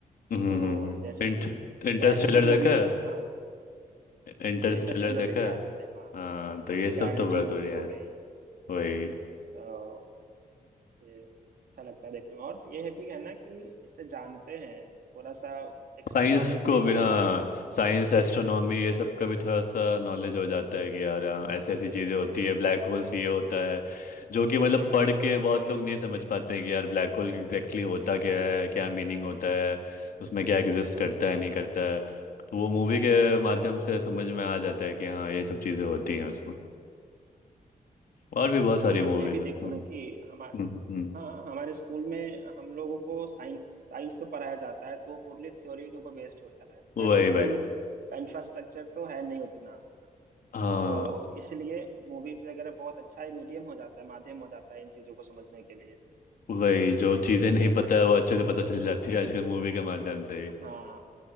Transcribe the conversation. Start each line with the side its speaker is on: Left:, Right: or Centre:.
Left: हम्म
Right: तो जैसे
Left: इंट
Right: कि
Left: इंटरस्टेलर
Right: ग्रेविटी मूवी
Left: देखा है
Right: हाँ
Left: इंटरस्टेलर
Right: इंटरस्टेलर
Left: देखा
Right: देखा
Left: है
Right: है मैंने हाँ
Left: हाँ तो ये सब
Right: ग्रेविटी
Left: तो बड़ा
Right: मूवी
Left: बढ़िया
Right: हो
Left: है
Right: गई
Left: वही
Right: तो ये अच्छा लगता है देखने में और ये भी है ना कि इससे जानते हैं थोड़ा सा एक्स्ट्रा
Left: साइंस
Right: नॉलेज
Left: को
Right: भी होता
Left: भी हाँ
Right: है
Left: साइंस एस्ट्रोनॉमी ये सब का भी थोड़ा सा नॉलेज हो जाता है कि यार हाँ, ऐसी ऐसी चीज़ें होती
Right: हाँ
Left: है ब्लैक होल्स ये होता है जो कि मतलब पढ़ के
Right: बिल्कुल
Left: बहुत लोग नहीं समझ पाते हैं कि यार ब्लैक होल एग्जैक्टली होता क्या है क्या मीनिंग होता है उसमें क्या एग्जिस्ट करता
Right: हाँ,
Left: है नहीं करता है तो वो मूवी के माध्यम से समझ में आ जाता है कि हाँ ये सब चीज़ें होती हैं उसमें और भी बहुत सारी
Right: और
Left: मूवीज़
Right: ये भी
Left: हैं
Right: देखो
Left: हम्म
Right: ना कि हमारे
Left: हम्म हम्म। हम्म।
Right: हाँ हमारे स्कूल में हम लोगों को साइंस साइंस तो पढ़ाया जाता है तो वो पूरी थ्योरी के ऊपर बेस्ड होता है प्रैक्टिकल
Left: वही वही
Right: का इंफ्रास्ट्रक्चर तो है नहीं उतना
Left: हाँ
Right: तो इसलिए मूवीज वगैरह बहुत अच्छा ही मीडियम हो जाता है माध्यम हो जाता है इन चीजों को समझने के लिए
Left: वही जो चीज़ें नहीं
Right: है
Left: पता
Right: ना
Left: है वो अच्छे से पता चल जाती है आजकल मूवी के माध्यम से
Right: हाँ